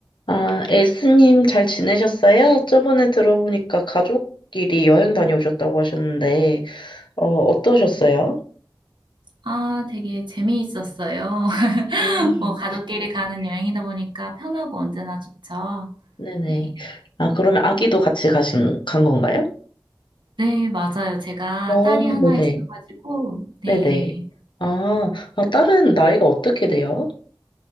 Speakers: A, on the left; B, on the right.
A: 아, 에스님 잘 지내셨어요? 저번에 들어보니까 가족끼리 여행 다녀오셨다고 하셨는데, 어, 어떠셨어요?
B: 아, 되게 재미있었어요. <laughs>
A: 음,
B: 뭐 가족끼리 가는 여행이다 보니까 편하고 언제나 좋죠.
A: 네네.
B: 네.
A: 아, 그러면 아기도 같이 가신, 간 건가요?
B: 네, 맞아요. 제가
A: 어,
B: 딸이 하나
A: 네네.
B: 있어가지고, 네.
A: 네네. 아, 아, 딸은 나이가 어떻게 돼요?